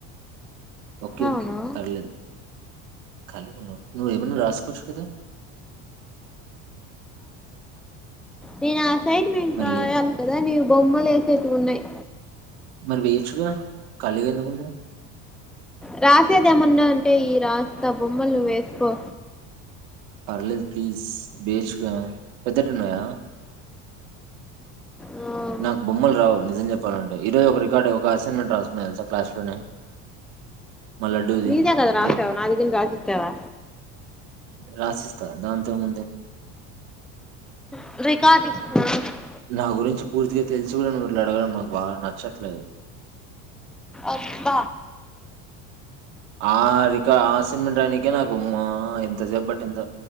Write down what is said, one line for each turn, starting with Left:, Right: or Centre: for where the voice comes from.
Right: ఓకే
Centre: అవును
Right: ఓకే పర్లేదు ఖలి ఉన్నావు నువ్వేమన్నా రాసుకోవచ్చు కదా
Centre: దినాస్ సైట్మెంటు
Right: మరి
Centre: రాయాలి
Right: లే
Centre: కదా నీవు బొమ్మలు ఏసెటివున్నయి
Right: మరి వేయచ్చుగా ఖాళీగా ఎందుకున్నావు
Centre: రాసేది ఏమన్నా అంటే ఈ రాస త బొమ్మలు నువ్వేసుకో
Right: పర్లేదు ప్లీజ్ బేచ్గా పెద్దటిన్నాయా
Centre: ఆ
Right: నాకు బొమ్మలు రావు నిజం చెప్పాలంటే ఈరోజు ఒక రికార్డు ఒక అసైన్మెంట్ రాసుకున్నా తెలుసా క్లాస్ లోనే మా లడ్డూది
Centre: నీదేగద రాసావ్
Right: అదే
Centre: నాదిగిింన్ రాసిచ్చావా
Right: రాసిస్థా దంతోముంది
Centre: రికార్డిస్తునా
Right: నా గురించి పూర్తిగా తెలిసి కూడా నువ్వు ఇట్లా అడగడం నాకు బాగా నచ్చట్లేదు
Centre: అబ్బ
Right: ఆ రిక ఆసన్మెంట్ రానికే నాకుమ ఎంతసేపు పట్టింత